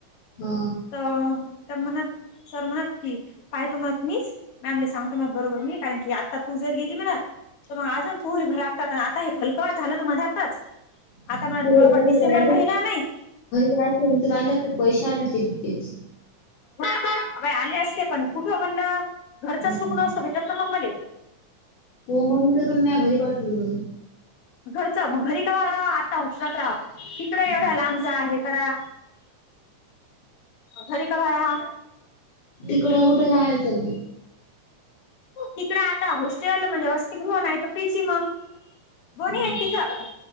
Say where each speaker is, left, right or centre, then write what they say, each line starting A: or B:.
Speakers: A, on the left; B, on the left.
A: हा
B: तर त्या म्हणत सर म्हणत की पाय दमत नहीस, मॅ म्हणलं सांगतो मग बरोबर मी कारण की आता तू जर गेली म्हणत तर अजून पुरी भर आता आणि आता हे फलकवा झालं ना मधातच
A: <unintelligible>
B: आता म्हणत
A: घरी
B: बरोबर
A: रायला
B: डिसेंबर महिना नाही
A: असगते पैसे आला असते तकेच
B: बाई आले असते पण कुठं म्हणलं
A: हम्म.
B: घरचं सुख नसतं भेटत ना मग मले.
A: हो म्हणून का तुला मी घरी पाठवलं.
B: घरचं मग घरी कवा राहा आता उक्षात राहाव तिकड
A: हम्म.
B: एवढ्या लांब हे करा घरी कवा रहा.
A: तिकड कुठे राहायचं मग?
B: तिकडें आता हॉस्टेल म्हणजे वसतिगृह नाही तर पी सी मग, दोन्ही
A: हम्म.
B: आहेत तिथं